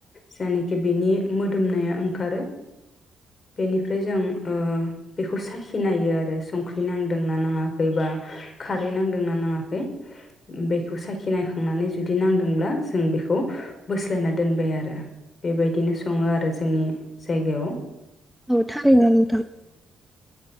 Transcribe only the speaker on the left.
जायनाखि बेनि मोदोमनाया ओंखारो बेनिफ्राय जों ओ बेखौ साखिनायो आरो संख्रि नांदोंना नाङाखै बा खारै नांदोंना नाङाखै बेखौ साखि नायखांनानै जुदि नांदोंब्ला जों बेखौ बोस्लायना दोनबाय आरो बेबायदिनो सङो आरो जोंनि जायगायाव